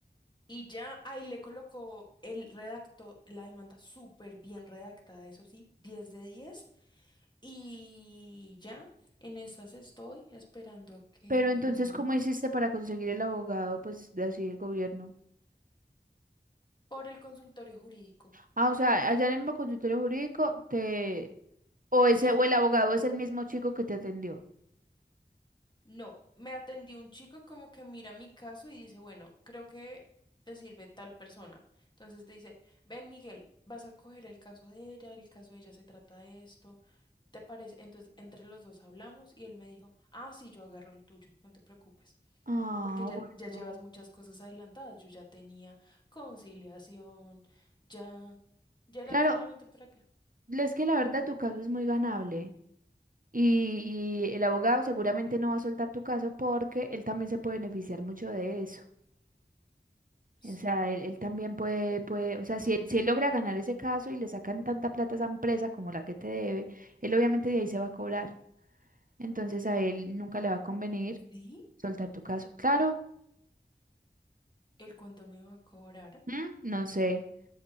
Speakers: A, on the left; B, on the right.
A: Y ya ahí le colocó el redacto, la demanda súper bien redactada, eso sí, diez de diez Y ya, en esas estoy esperando a que...
B: Pero entonces, ¿cómo hiciste para conseguir el abogado, pues, de así del gobierno?
A: Por el consultorio jurídico.
B: Ah, o sea, allá en el mismo consultorio jurídico te... O ese,
A: Sí,
B: o el abogado es el mismo chico que te atendió.
A: no, me atendió un chico como que mira mi caso y dice, bueno, creo que te sirve tal persona. Entonces te dice, ven Miguel, vas a coger el caso de ella, el caso de ella se trata de esto. ¿Te parece? Entonces, entre los dos hablamos y él me dijo, ah, sí, yo agarro el tuyo, no te preocupes,
B: Ah,
A: porque ya,
B: bueno.
A: ya llevas muchas cosas adelantadas. Yo ya tenía conciliación, ya, ya era
B: Claro,
A: solamente para acá.
B: es que la verdad tu caso es muy ganable y, y el abogado seguramente no va a soltar tu caso porque él también se puede beneficiar mucho de eso.
A: Sí,
B: O sea, él, él también puede, puede, o sea,
A: no.
B: si él, si él logra ganar ese caso y le sacan tanta plata a esa empresa como la que te debe, él obviamente de ahí se va a cobrar. Entonces a él nunca le va a convenir
A: ¿Sí?
B: soltar tu caso. Claro,
A: ¿El cuánto me va a cobrar?
B: ¿mm? no sé,